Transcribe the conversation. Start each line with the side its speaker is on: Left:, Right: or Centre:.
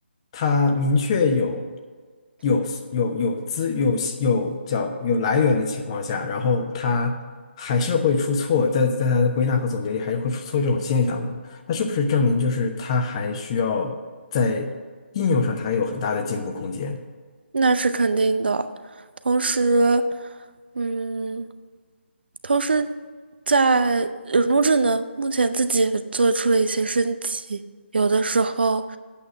Left: 它明确有有有有资有有叫有来源的情况下，然后它还是会出错，在在它的归纳和总结里还是会出错这种现象呢？那是不是证明就是它还需要在应用上它有很大的进步空间？
Right: 那是肯定的。同时，嗯，同时在人工智能目前自己也做出了一些升级，有的时候